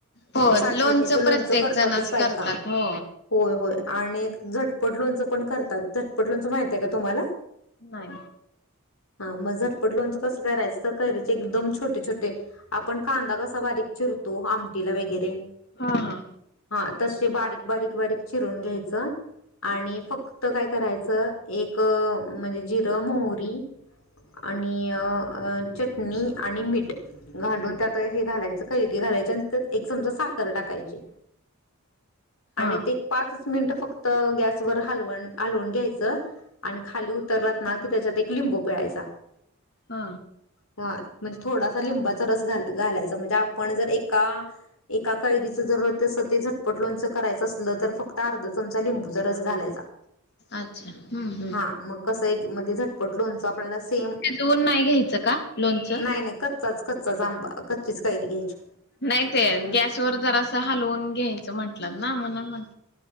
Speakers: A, on the left; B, on the left.
A: हो
B: साठवणीचं
A: लोणचं
B: लोनचं
A: प्रत्येक
B: करतातच
A: जणच
B: बायका
A: करतात हो.
B: होय होय आणि एक झटपट लोणचं पण करतात झटपट लोणचं माहित आहे का तुम्हाला
A: नाही
B: हा मग झटपट लोणचं कसं करायचं तर कैरीच एकदम छोटे छोटे आपण कांदा कसा बारीक चिरतो आमटीला वगैरे
A: हा हा
B: हा तसे बारीक बारीक बारीक चिरून घ्यायचं आणि फक्त काय करायचं एक म्हणजे जिरं मोहरी आणि चटणी आणि मीठ घालून त्यात हे घालायचं कैरी घालायच आणि त्यात एक चमचा साखर टाकायची आणि
A: हा
B: ते पाचच मिंट फक्त गॅसवर हालवण हलवून घ्यायच आणि खाली उतरलात ना की तेजात एक लिंब बू पिळायचा.
A: हा
B: हा म्हणजे थोडासा लिंबाचा रस घाल घालायचा म्हणजे आपण जर एका एका कैरीच जर तसं ते झट पट लोणचं करायचं असलं तर फक्त अर्धा चमचा लिंबूचा रस घालायचा.
A: अच्छा हम्म हम्म
B: हा मग कसंय एक मध्ये झटपट लोणचं आपल्याला सेम
A: शिजवून नाही घ्यायचं का लोणचं?
B: नाही नाही कच्चाच कच्चाच आंबा कच्चीच कैरी घ्यायची.
A: नाही ते गॅसवर जरासं हलवून घ्यायचं म्हटलात ना म्हणून म्हनल.